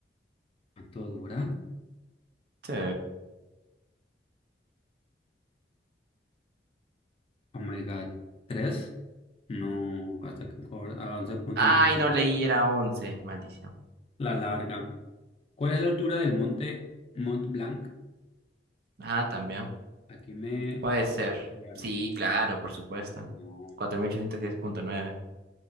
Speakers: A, on the left (about 35°); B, on the right (about 60°).
A: ¿Cuánto dura?
B: Sí.
A: Oh my God. ¿Tres? No, hasta que cobra. A once punto
B: Ay,
A: uno.
B: no leí, era 11, maldición.
A: La larga. ¿Cuál es la altura del monte Mont Blanc?
B: Ah, también.
A: Aquí me
B: Puede ser.
A: enviaron.
B: Sí, claro, por supuesto.
A: No,
B: Cuatro mil ochocientos diez punto nueve.